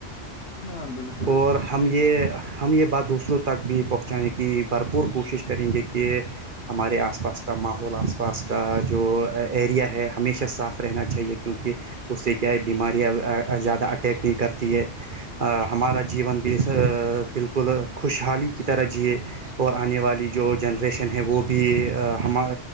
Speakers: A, on the left; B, on the right.
A: ہاں بالکل
B: اور
A: اس
B: ہم
A: میں
B: یہ ہم یہ بات دوسروں تک بھی پہنچانے کی بھرپور کوشش کریں گے کہ ہمارے آس پاس کا ماحول آس پاس کا جو ایریا ہے ہمیشہ صاف رہنا چاہیے کیونکہ اس سے کیا ہے بیماریاں زیادہ اٹیک نہیں کرتی ہے ہمارا جیون بھی بالکل خوشحالی کی طرح جیے اور آنے والی جو جنریشن ہے وہ بھی ہم